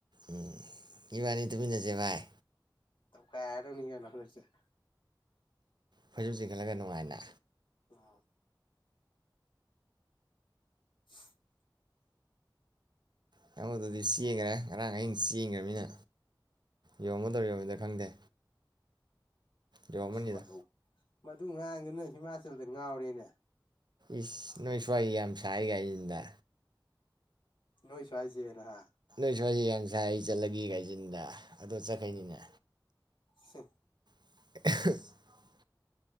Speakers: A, on the right; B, on the left.
A: ꯎꯝ ꯏꯕꯥꯅꯤ ꯇꯨꯃꯤꯟꯅꯁꯦ ꯚꯥꯏ
B: ꯇꯧꯈꯏꯔꯗꯧꯅꯤꯀꯩꯅꯣ <unintelligible>
A: ꯐꯣꯏꯁꯨ ꯆꯤꯡꯈꯠꯂꯒ ꯅꯨꯡꯉꯥꯏꯅ
B: ꯑ <inaudible>
A: ꯇ ꯑꯝꯗꯨꯗꯤ ꯆꯦꯟꯈꯔꯦ ꯉꯔꯥꯡ ꯑꯍꯤꯡ ꯆꯦꯡꯈ꯭ꯔꯃꯤꯅ ꯌꯣꯝꯒꯗꯧ ꯌꯣꯔꯝꯃꯣꯏꯗꯔꯥ ꯈꯪꯗꯦ ꯌꯥꯔꯥꯃꯅꯤꯗ
B: ꯃꯗꯨ ꯃꯗꯨ ꯉꯥꯡꯗꯨꯅ ꯍꯤꯃꯥꯆꯜꯗ ꯉꯥꯎꯔꯦꯅꯦ
A: ꯏꯁ ꯅꯣꯏ ꯁꯋꯥꯏ ꯌꯥꯝ ꯁꯥꯏꯠ ꯍꯥꯏꯖꯤꯟꯗ
B: ꯅꯣꯏ ꯁꯨꯋꯥꯏꯁꯦꯅ ꯍꯥ
A: ꯑꯩ ꯁ꯭ꯋꯥꯏꯁꯤ ꯌꯥꯝ ꯁꯥꯏ ꯑꯩ ꯆꯠꯂꯒꯦ ꯍꯥꯏꯖꯤꯟꯗ ꯑꯗꯣ ꯆꯠꯈꯅꯤꯃꯤꯅꯦ
B: ꯁꯠ
A: <inaudible> <unintelligible>